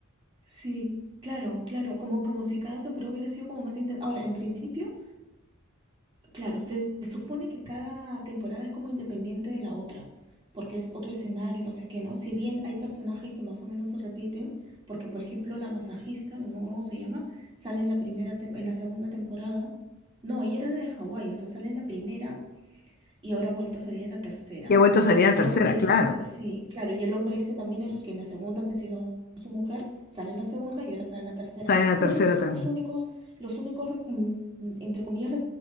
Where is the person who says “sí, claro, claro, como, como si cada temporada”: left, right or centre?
Right